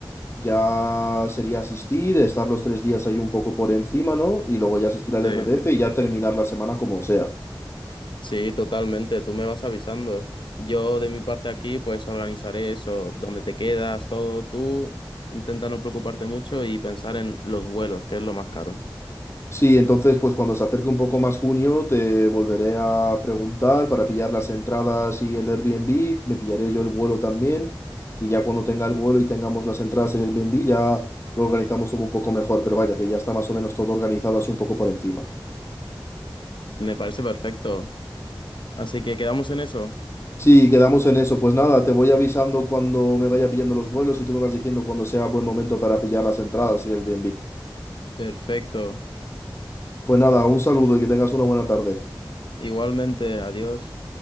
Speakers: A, on the left; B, on the left.
A: ya sería asistir, estar los tres días ahí un poco por encima, ¿no? Y luego ya asistir al
B: Sí.
A: RBF y ya terminar la semana como sea.
B: Sí, totalmente. Tú me vas avisando. Yo de mi parte aquí, pues organizaré eso, dónde te quedas, todo. Tú intenta no preocuparte mucho y pensar en los vuelos, que es lo más caro.
A: Sí, entonces pues cuando se acerque un poco más junio te volveré a preguntar para pillar las entradas y el Airbnb, me pillaré yo el vuelo también y ya cuando tenga el vuelo y tengamos las entradas en el Airbnb ya lo organizamos todo un poco mejor, pero vaya que ya está más o menos todo organizado así un poco por encima.
B: Me parece perfecto. Así que quedamos en eso.
A: Sí, quedamos en eso, pues nada, te voy avisando cuando me vaya pillando los vuelos y tú me vas diciendo cuando sea buen momento para pillar las entradas y el Airbnb.
B: Perfecto.
A: Pues nada, un saludo y que tengas una buena tarde.
B: Igualmente, adiós.